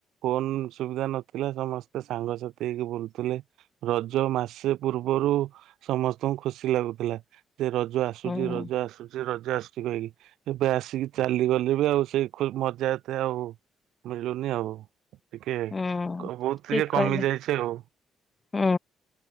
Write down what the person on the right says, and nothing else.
ଫୋନ ସୁବିଧା ନଥିଲା ସମସ୍ତେ ସାଙ୍ଗସାଥି ହେଇକି ବୁଲୁଥିଲେ ରଜ ମାସେ ପୂର୍ବରୁ ସମସ୍ତଙ୍କୁ ଖୁସି ଲାଗୁଥିଲା। ଯେ ରଜ ଆସୁଛି
ରଜ ଆସୁ ରଜ ଆସୁଛି କହିକି ଏବେ ଆସିକି ଚାଲିଗଲେ ବି ଆଉ ସେଇ ଖୁ ମଜା ଏତେ ଆଉ ମିଳୁନି ଆଉ। ଟିକେ
ବହୁତ୍
ଟିକେ
କମି ଯାଇଛି ଆଉ।